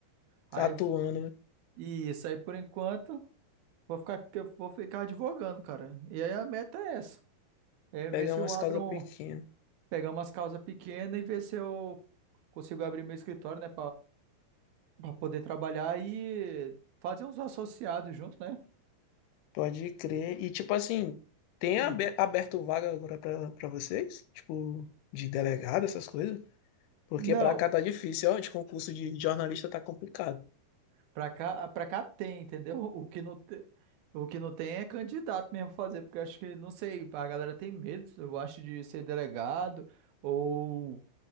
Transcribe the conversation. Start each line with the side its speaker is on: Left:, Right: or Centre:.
Left: tá
Right: Aí
Left: atuando,
Right: e isso aí por enquanto, vou ficar eu vou ficar advogando, cara. E aí a meta é essa, é
Left: pegar
Right: ver se
Left: umas
Right: eu abro,
Left: casas pequenas.
Right: um- pegar umas causas pequenas e ver se eu consigo abrir meu escritório, né, para poder trabalhar e fazer uns associados junto, né?
Left: Pode crer. E tipo assim, tem
Right: Hum.
Left: abe- aberto vaga agora pra, pra vocês? Tipo, de delegado, essas coisas? Porque
Right: Não,
Left: pra cá tá difícil, ó, de concurso de jornalista tá complicado.
Right: Pra cá, ah, pra cá tem, entendeu? <laughs> O que não, te- o que não tem é candidato mesmo fazer, porque eu acho que, não sei, a galera tem medo, eu acho, de ser delegado ou,